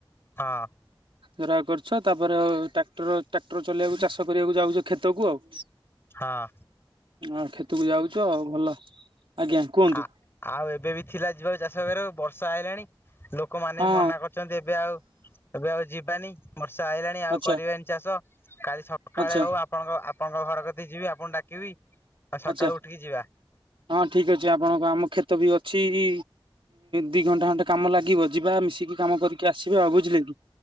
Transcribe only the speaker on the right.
ହେରା କରିଛ ତାପରେ ଓଏ ଟ୍ରାକ୍ଟର ଟ୍ରାକ୍ଟର ଚଲେଇିବାକୁ ଚାଷ କରିବାକୁ ଯାଉଛ କ୍ଷେତକୁ ଆଉ,
ଆ କ୍ଷେତକୁ ଯାଉଛୁ ଆଉ ଭଲ। ଆଜ୍ଞା, କୁହନ୍ତୁ?
ହଁ
ଆଚ୍ଛା
ଆଚ୍ଛା
ଆଚ୍ଛା
ହଁ ଠିକ ଅଛି ଆପଣଙ୍କ ଆମ କ୍ଷେତ ବି ଅଛି ଇ ଦି ଘଣ୍ଟା ଖଣ୍ଡେ କାମ ଲାଗିବ ଯିବା ମିଶି ଏତିକି କାମ କରିକି ଆସିଵା ଆଉ ବୁଝିଲେ କି?